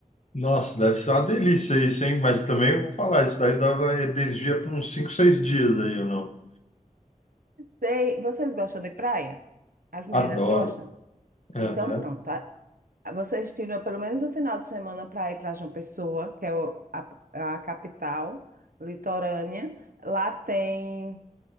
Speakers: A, on the left (about 55°); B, on the right (about 85°).
A: Nossa, deve ser uma delícia isso, hein? Mas também eu vou falar, isso daí dava energia por uns cinco, seis dias aí, ou não.
B: Tem- vocês gostam de praia? As meninas
A: Adoro.
B: gostam?
A: Aham.
B: Então pronto. Vocês tiram pelo menos um final de semana para ir para João Pessoa, que é o- a, a capital litorânea. Lá tem,